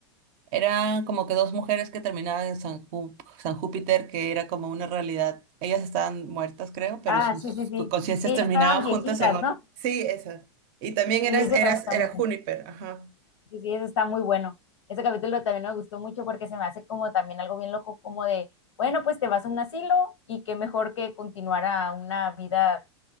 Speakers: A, on the right; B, on the left.
A: Eran como que dos mujeres que terminaban en San, Ju- San Júpiter, que era como una realidad. Ellas estaban muertas, creo, pero
B: Ah,
A: sus
B: sí, sí, sí.
A: sus conciencias
B: Sí,
A: terminaban
B: estaban
A: juntas
B: viejitas,
A: en otra.
B: ¿no?
A: Sí, esa. Y también
B: Y
A: eras,
B: eso
A: eras,
B: también está
A: era
B: muy bueno.
A: Juniper, ajá.
B: Sí, sí, eso está muy bueno. Ese capítulo también me gustó mucho porque se me hace como también algo bien loco, como de, bueno, pues te vas a un asilo y qué mejor que continuar a una vida